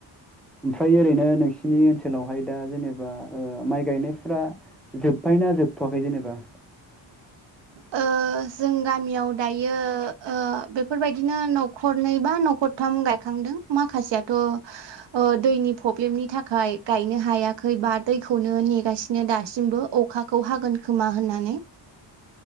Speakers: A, in the centre; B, on the right (about 65°).
A: ओमफ्राय ओरैनो नोंसिनि ओनसोलावहाय दा जेनेबा माइ ओ गायनायफ्रा जोब्बाय ना जोबथ'वाखै जेनेबा?
B: ओ जों गामियाव दायो ओ बेफोरबायदिनो न खरनै बा न'खरथाम गायखांदों माखासेयाथ' ओ दैनि प्रब्लेमनि थाखाय गायनो हायाखै बा दैखौनो नेगासिनो दासिमबो। अखा खौ हागोन खोमा होननानै।